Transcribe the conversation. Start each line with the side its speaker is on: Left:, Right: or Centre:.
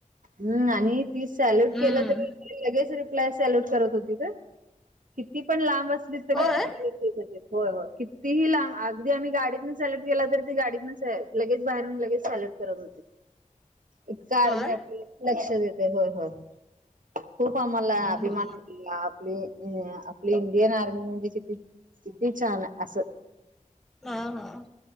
Right: हम् आणि ती सॅल्यूट
Centre: हम्म
Right: केलं तरी, लगेच रि प्लाय सेल्यूट करत होती हं किती पण लांब असली तरी
Centre: होय
Right: ते सेल्यूट देत होतीत. होय. होय. कितीही लांब अगदी आम्ही गाडीतनं सेल्युट केला तर, ते गाडीत न लगेच बाहेरून लगेच सेलेक्ट करत होते. इतकं आर्मी
Centre: होय
Right: अ लक्ष देतयं. होय. होय. खूप आम्हाला
Centre: हम्म
Right: अभिमान अ आपली आपली इंडियन आर्मी म्हणजे किती किती छान असं.
Centre: हा. हा.